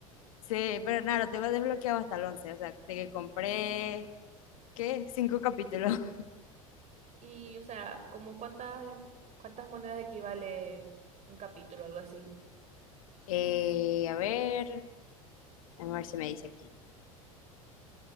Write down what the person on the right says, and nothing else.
Y, o sea, como cuántas, em- cuántas monedas equivale un capítulo, algo así.